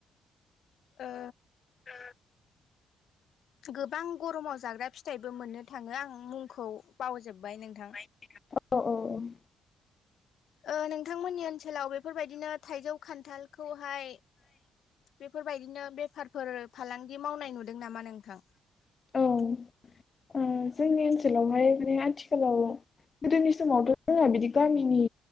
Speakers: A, on the left; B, on the left.
A: ओ
B: ओ
A: गोबां गरमाव जाग्रा फिथाइबो मोननो थाङो आं मुंखौ बावजोबबाय नोंथां।
B: अ औ औ
A: ओ नोंथांमोननि ओनसोलाव बेफोरबायदिनो थाइजौ खान्थालखौहाय बेफोरबायदिनो बेफारफोर फालांगि मावनाय नुदों नामा नोंथां?
B: औ ओ जोंनि ओनसोलावहाय माने आथिखालाव गोदोनि समावथ' जोंहा बिदि गामिनि